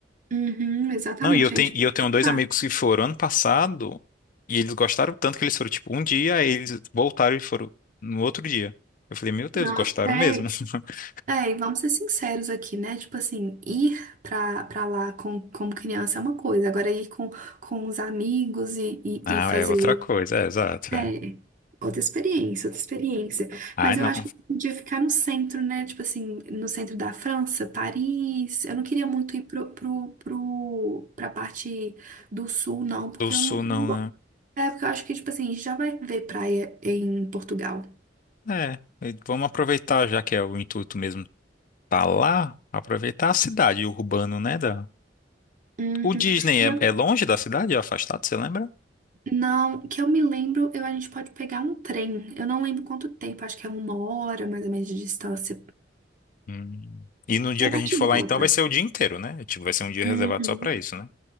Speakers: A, on the right; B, on the left.
A: Uhum, exatamente,
B: Não, e eu tenho,
A: a gente
B: e
A: pode
B: eu tenho
A: voltar.
B: dois amigos que foram ano passado e eles gostaram tanto que eles foram, tipo, um dia, aí eles voltaram e foram no outro dia. Eu falei, meu Deus,
A: Não,
B: gostaram
A: é,
B: mesmo. <laughs>
A: É, e vamos ser sinceros aqui, né? Tipo assim, ir pra, pra lá com, como criança é uma coisa, agora ir com, com os amigos e, e,
B: Ah,
A: e fazer.
B: é outra coisa, é, exato,
A: É,
B: é.
A: outra experiência, outra experiência.
B: Ai,
A: Mas
B: não.
A: eu acho que podia ficar no centro, né? Tipo assim, no centro da França, Paris. Eu não queria muito ir pro, pro, pro, pra parte do sul, não, porque
B: Do sul
A: eu não. não
B: não,
A: go- É, porque eu acho que, tipo assim, a gente já vai ver praia em Portugal.
B: né? É, e vamos aproveitar, já que é o intuito mesmo tá lá, aproveitar a cidade, o urbano, né? Da...
A: Uhum.
B: O Disney
A: E
B: é,
A: eu
B: é longe da cidade, é afastado, você lembra?
A: Não, que eu me lembro, eu, a gente pode pegar um trem. Eu não lembro quanto tempo, acho que é uma hora mais ou menos de distância.
B: Hum. E no dia
A: É
B: que
A: bate
B: a gente for
A: e
B: lá,
A: volta.
B: então, vai ser o dia inteiro, né? Tipo, vai ser um dia
A: Uhum.
B: reservado só pra isso, né?